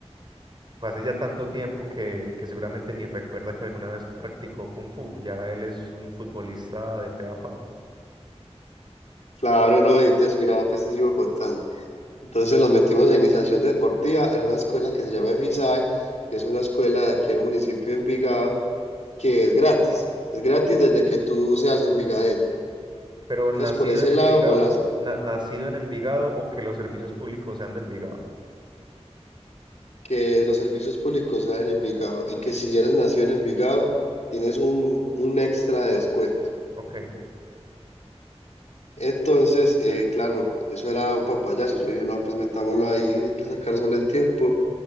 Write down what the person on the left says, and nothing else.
Claro, no, y entonces mira, pues te sigo contando. Entonces los metimos en iniciación deportiva en una escuela que se llama EFISAE, que es una escuela de aquí del municipio de Envigado, que es gratis. Es gratis desde que tú seas envigadeño.
Entonces
por ese
lado,
golazo.
que los servicios públicos salen en Envigado y que si eres nacido en Envigado, tienes un, un extra de descuento.
Entonces, eh, claro, eso era un papayazo. Yo dije, no, pues metámoslo ahí, hay que sacar solo el tiempo